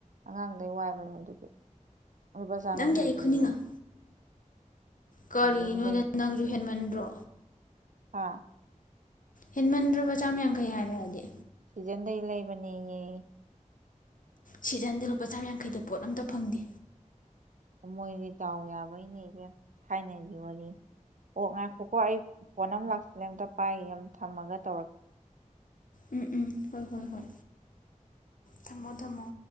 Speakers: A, on the right (about 70°); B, on the left (about 75°).
A: ꯑꯉꯥꯡꯗꯩ ꯋꯥꯏꯕꯅꯦ ꯑꯗꯨꯗꯤ ꯂꯨꯄꯥ ꯆꯥꯝꯌꯥꯡꯈꯩ
B: ꯅꯪꯒꯤ ꯑꯩ
A: ꯄꯤꯑꯌꯦ
B: ꯈꯨꯅꯤꯡꯉꯛ ꯀꯔꯤꯅꯣꯗ
A: ꯁꯤꯖꯟꯗꯩ
B: ꯅꯪꯖꯨ ꯍꯦꯟꯃꯟꯗ꯭ꯔꯣ
A: ꯍꯥ
B: ꯍꯦꯟꯃꯟꯗ꯭ꯔꯕ ꯆꯥꯝ ꯌꯥꯡꯈꯩ ꯍꯥꯏꯔꯛꯑꯗꯤ
A: ꯁꯤꯖꯟꯗꯩ ꯂꯩꯕꯅꯦꯌꯦ
B: ꯁꯤꯖꯟꯗ ꯂꯨꯄꯥ ꯆꯥꯝꯌꯥꯡꯈꯩꯗ ꯄꯣꯠ ꯑꯝꯇ ꯐꯪꯗꯦ
A: ꯃꯣꯏꯗꯤ ꯗꯥꯥꯎ ꯌꯥꯕꯩꯅꯦ ꯏꯕꯦꯝ ꯊꯥꯏꯅꯒꯤ ꯋꯥꯔꯤ ꯑꯣ ꯉꯥꯏꯈꯣꯀꯣ ꯑꯩ ꯐꯣꯟ ꯑꯃ ꯂꯥꯛꯁꯤꯜꯂꯦ ꯑꯝꯇ ꯄꯥꯏꯒꯤꯒꯦ ꯑꯃꯨꯛ ꯊꯝꯃꯒ ꯇꯧꯔꯛ
B: ꯎꯝ ꯎꯝ ꯍꯣꯏ ꯍꯣꯏ ꯍꯣꯏ ꯊꯝꯃꯣ ꯊꯝꯃꯣ